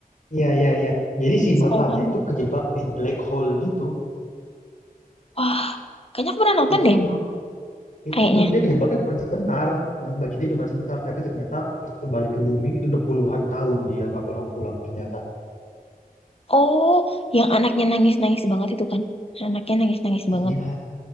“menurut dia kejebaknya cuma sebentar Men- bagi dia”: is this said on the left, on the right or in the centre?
Left